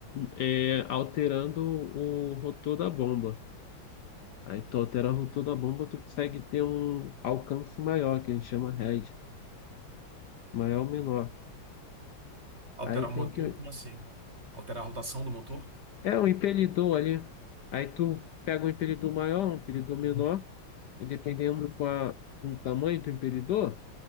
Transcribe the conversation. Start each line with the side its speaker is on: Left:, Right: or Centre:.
Left: é, alterando o rotor da bomba. Aí tu altera o rotor da bomba, tu consegue ter um alcance maior, que a gente chama head, maior ou menor.
Right: Alterar
Left: Aí
Right: o motor,
Left: tem que.
Right: como assim? Alterar a rotação do motor?
Left: É um impelidor ali. Aí tu pega um impelidor maior, um impelidor menor, e dependendo com, a, com o tamanho do impelidor,